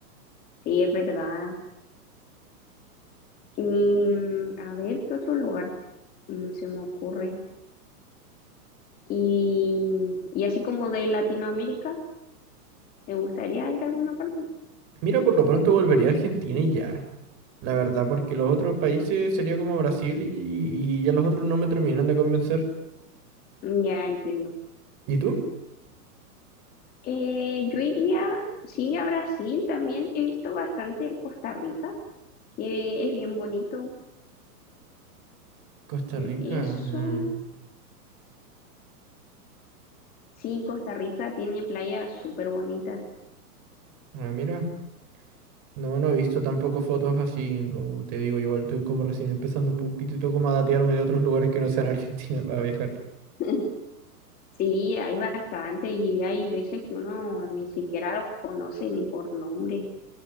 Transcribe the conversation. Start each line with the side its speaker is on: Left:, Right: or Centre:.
Left: sí, es verdad. Y mm, a ver, ¿qué otro lugar mm, se me ocurre? Y, y así como de Latinoamérica, ¿te gustaría ir a alguna parte?
Right: Mira, por lo pronto volvería a Argentina y ya. La verdad, porque los otros países sería como Brasil y, y ya los otros no me terminan de convencer.
Left: Mm, Ya entiendo.
Right: ¿Y tú?
Left: Eh, yo iría, sí, a Brasil también. He visto bastante Costa Rica, que es bien bonito.
Right: Costa Rica.
Left: Y eso,
Right: mm,
Left: sí, Costa Rica tiene playas súper bonitas.
Right: Ah, mira. No, no he visto tampoco fotos así, como te digo, yo igual estoy como recién empezando un poquitito como a datearme de otros lugares que no sean Argentina <laughs> para viajar.
Left: <laughs> Sí, hay bastante y hay veces que uno ni siquiera los conoce ni por nombre.